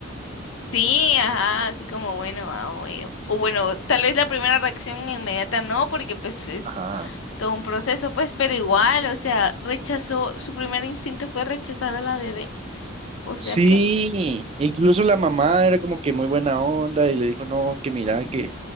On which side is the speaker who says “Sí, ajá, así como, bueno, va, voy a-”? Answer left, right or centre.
Left